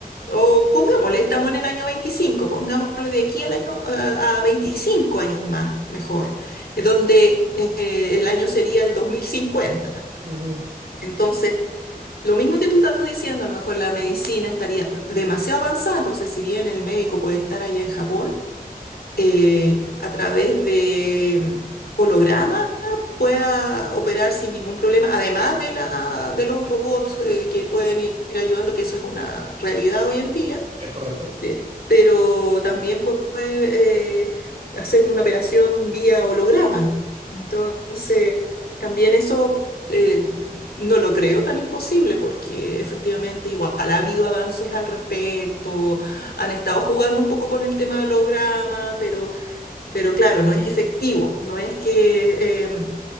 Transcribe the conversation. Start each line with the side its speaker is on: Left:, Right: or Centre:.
Left: o pongámosle, estamos en el año 25, pongámosle de aquí al año, a a 25 años más, mejor, eh, donde eh, el año sería el 2050.
Right: Ujú,
Left: Entonces, lo mismo que tú estás diciendo, a lo mejor la medicina estaría demasiado avanzada, entonces si bien el médico puede estar allá en Japón, eh, a través de mm, holograma pueda operar sin ningún problema, además de la, de los robots eh, que pueden ir ayudando, que eso es una realidad hoy en día,
Right: Es correcto,
Left: eh, pero también pu- puede eh, hacer una operación vía holograma. Entonces, también eso eh, no lo creo tan imposible porque efectivamente igual ha habido avances al respecto, han estado jugando un poco con el tema del holograma, pero pero claro, no es efectivo, no es que em,